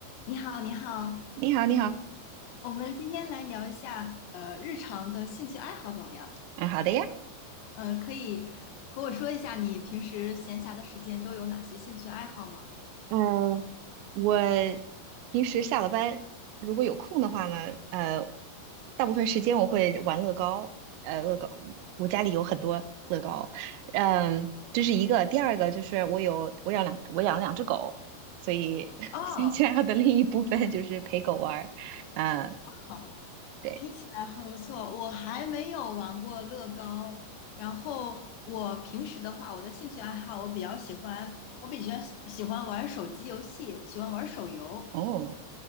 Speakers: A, on the left; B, on the right.
A: 你好，你好，
B: 你好，你好，
A: 我们今天来聊一下呃日常的兴趣爱好怎么样？
B: 嗯，好的呀，
A: 嗯、可以和我说一下你平时闲暇的时间都有哪些兴趣爱好吗？
B: 嗯，我平时下了班如果有空的话呢，呃，大部分时间我会玩乐高，呃，乐高，我家里有很多乐高，嗯，这是一个，第二个就是我有我养两我养了两只狗，所以 <laughs>
A: 哦，
B: 兴趣爱好的另一部分就是陪狗玩儿，啊、
A: 好，
B: 对，
A: 听起来很不错。我还没有玩过乐高，然后我平时的话，我的兴趣爱好我比较喜欢，我比较喜喜欢玩手机游戏，喜欢玩手游。
B: 哦，